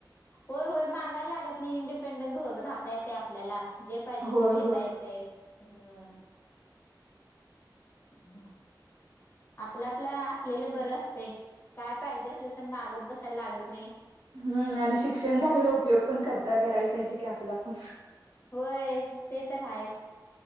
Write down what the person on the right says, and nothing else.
होय
होय
हम्म आणि शिक्षण झालेला उपयोग पण करता करायला पाहिजे की आपल आपूण.